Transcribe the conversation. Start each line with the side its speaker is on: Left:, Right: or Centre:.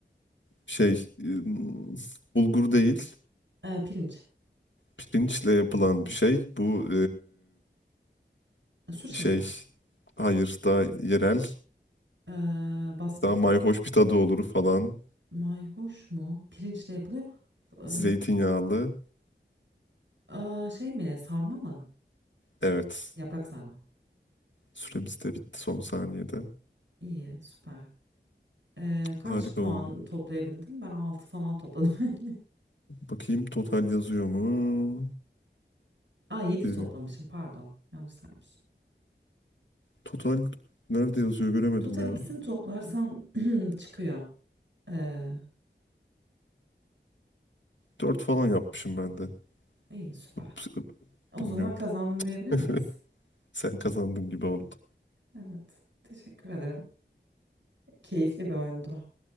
Left: şey e, bulgur değil.
Right: Eee, pirinç.
Left: Pirinçle yapılan bir şey. Bu
Right: Sushi
Left: e, şey
Right: mi?
Left: hayır daha yerel
Right: Ee, basmati.
Left: daha mayhoş bir tadı olur falan.
Right: Mayhoş mu? Pirinçle yapılıyor. Ee,
Left: Zeytinyağlı.
Right: aa, şey mi? Sarma mı?
Left: Evet.
Right: Yaprak sarma.
Left: Süremiz de bitti son saniyede.
Right: İyi, süper. Ee, kaç
Left: Harika
Right: puan
Left: oldu.
Right: toplayabildin? Ben 6 falan topladım. <laughs>
Left: Bakayım total yazıyor mu?
Right: Aa 7
Left: Ee,
Right: toplamışım pardon. Yanlış saymışım.
Left: total nerede yazıyor göremedim
Right: Total
Left: ya.
Right: ikisini toplarsan <clears throat> çıkıyor. Ee,
Left: dört falan yapmışım ben de.
Right: iyi, süper.
Left: Ups,
Right: O
Left: Bilmiyorum.
Right: zaman kazandım diyebilir
Left: <laughs>
Right: miyiz?
Left: Sen kazandın gibi oldu.
Right: Evet. Teşekkür ederim. Keyifli bir oyundu.